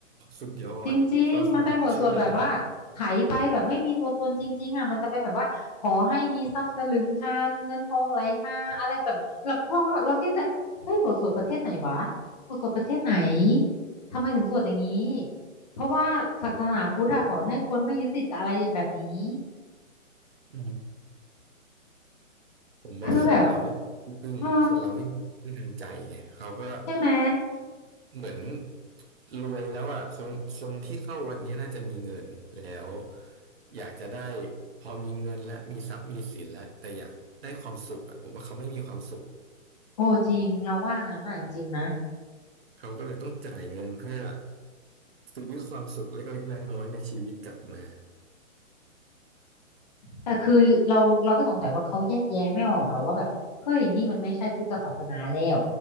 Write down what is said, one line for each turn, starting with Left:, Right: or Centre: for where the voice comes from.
Right: สุดยอดเราคุก็เชื่อนะ
Left: จริงๆ มันเป็นบทสวดแบบว่าไถไปแบบไม่มีตัวตนจริงๆอ่ะมันจะเป็นแบบว่าขอให้มีทรัพย์สลึงคานเงินทองไหลมาอะไรแบบหลับท่องแล้วแบบเราคิดในใจเฮ้ยบทสวดประเทศไหนวะบทสวดประเทศไหนทำไมถึงสวดอย่างนี้เพราะว่าศาสนาพุทธอะสอนให้คนไม่ยึดติดกับอะไรแบบนี้
Right: อืมผมว่าคนเราไม่มีที่พึ่งคนเราไม่มีที่พึ่งทางใจไงเขาก็
Left: คือแบบเออใช่ไหม
Right: เหมือนรวยแล้วอ่ะคนคนที่เข้าวัดเนี้ยน่าจะมีเงินแล้วอยากจะได้พอมีเงินและมีทรัพย์มีสินแล้วแต่อยากได้ความสุขอ่ะผมว่าเขาไม่มีความสุข
Left: โอ้จริงเราว่างั้นน่ะจริงๆนะ
Right: เขาก็เลยต้องจ่ายเงินเพื่อซื้อความสุขเล็กๆน้อยๆในชีวิตกลับมา
Left: แต่คือเราเราก็สงสัยว่าเขาแยกแยะไม่ออกหรอว่าแบบเฮ้ยนี่มันไม่ใช่พุทธศาสนาแล้ว